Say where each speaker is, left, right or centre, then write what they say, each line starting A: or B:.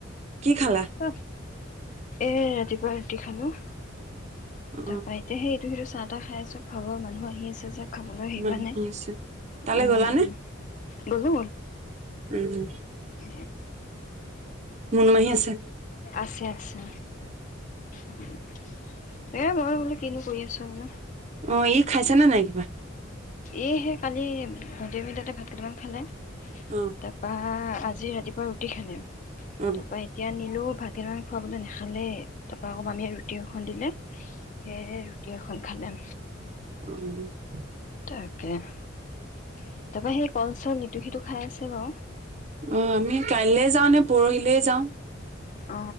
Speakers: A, on the right; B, on the left.
A: কি খালা
B: অ এই ৰাতিপুৱা ৰুটি খালোঁ
A: অ
B: তাৰ পৰা এতিয়া সেইটো সেইটো চাহ তাহ খাই আছো ফাগুৱাৰ মানুহ আহি আছে যে খাবলৈ হেৰি
A: মানুহ
B: হোৱা নাই।
A: হৈছে তালে
B: উম
A: গলা নে
B: গ'লো
A: উম্
B: উ
A: মুনু মাহি আছে
B: আছে আছে উম <inaudible> এ মই বোলো কিনো কৰি আছা বোলো
A: অ ই খাইছে নে নাই কিবা
B: এই হে কালি দু ভাত কেইটামান খালে
A: অ
B: তাৰ পা আজি ৰাতিপুৱা ৰুটি খালে তাৰ
A: অ
B: পা এতিয়া নি লো ভাতকেইটামান খুৱাবলৈ নাখালেই তাৰপৰা অকো মামিয়ে ৰুটি এখন দিলে সেয়েহে ৰুটি এখন খালে
A: অহ
B: তাকে তাৰপা সেই কল চল ইটো সিটো খাই আছে বাৰু
A: অ আমি কাইলৈ যাওঁ নে পৰহিলৈ যাওঁ
B: অ